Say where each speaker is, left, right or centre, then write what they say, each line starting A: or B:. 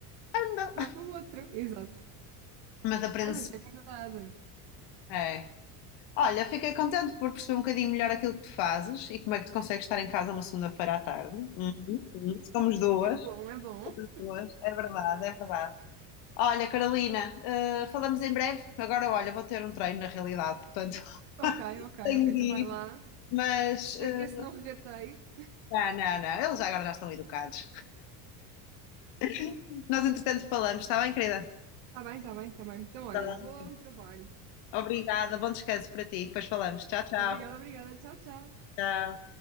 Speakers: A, on the left; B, on the right.
A: anda.
B: Vá para o outro. Exato.
A: Mas aprende-se.
B: É, mas é verdade.
A: É. Olha, fiquei contente por perceber um bocadinho melhor aquilo que tu fazes e como é que tu consegues estar em casa uma segunda-feira à tarde. Uhum, uhum. Somos duas,
B: É bom, é bom.
A: duas. É verdade, é verdade. Olha, Carolina, eh, falamos em breve. Agora, olha, vou ter um treino na realidade, portanto, <laughs>
B: Ok, ok,
A: tenho
B: ok.
A: de
B: Então vai
A: ir.
B: lá.
A: Mas,
B: Espero
A: eh,
B: que esse não regateie.
A: não, não, não, eles agora já estão educados. <laughs> Nós, entretanto, falamos, está bem, querida?
B: Tá bem, tá bem, tá bem. Então, olha,
A: Tá bem.
B: bom trabalho.
A: Obrigada, bom descanso para ti. Depois falamos. Tchau, tchau.
B: Obrigada, obrigada. Tchau, tchau.
A: Tchau.